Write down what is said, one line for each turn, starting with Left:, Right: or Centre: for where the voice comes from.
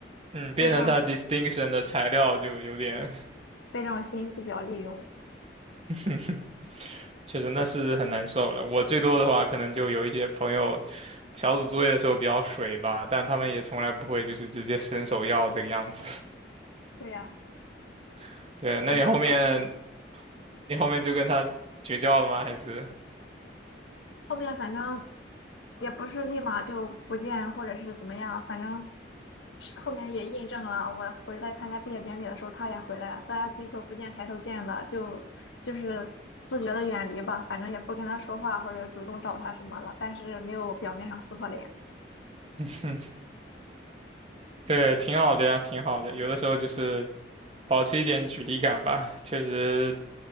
Right: 嗯，变成他
Left: 被这种心
Right: distinction 的材料就有点
Left: 被这种心机婊利用，
Right: <laughs> 确实那是很难受了。我最多的话，可能就有一些朋友小组作业的时候比较水吧，但他们也从来不会就是直接伸手要这个样子。
Left: 对呀，
Right: <laughs> 对，那你后面
Left: 真服了。
Right: 你后面就跟他绝交了吗？还是？
Left: 后面反正也不是立马就不见或者是怎么样，反正是后面也印证了，我回来参加毕业典礼的时候，他也回来了，大家低头不见抬头见的，就就是自觉的远离吧，反正也不跟他说话或者主动找他什么了，但是没有表面上撕破脸，
Right: <laughs> 对，挺好的呀，挺好的。有的时候就是保持一点距离感吧，确实